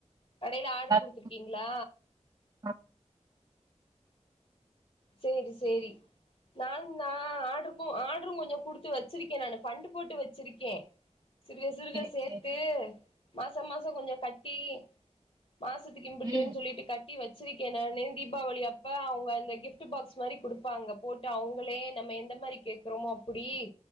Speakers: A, on the left; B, on the right.
A: கடையில ஆர்டரு
B: எல்லாத்துக்கு
A: குடுத்துருக்கீங்களா
B: ஆ
A: சேரி சேரி நானு நா ஆர்டருக்கு ஆர்டரு கொஞ்சோ குடுத்து வச்சிருக்கே நானு பண்டு போட்டு வச்சிருக்கே சிருக சிருக
B: சேரி
A: சேத்து
B: சேரி
A: மாச மாச கொஞ்சோ கட்டி மாசத்துக்கு இம்புட்டுன்னு
B: ம்
A: சொல்லிட்டு கட்டி வச்சிருக்கே நானு தீபாவளி அப்ப அவுங்க அந்த கிஃப்ட் கிப்ட் பாக்ஸ் மாரி குடுப்பாங்க போட்டு அவங்களே நம்ம எந்த மாரி கேட் றோம் அப்டி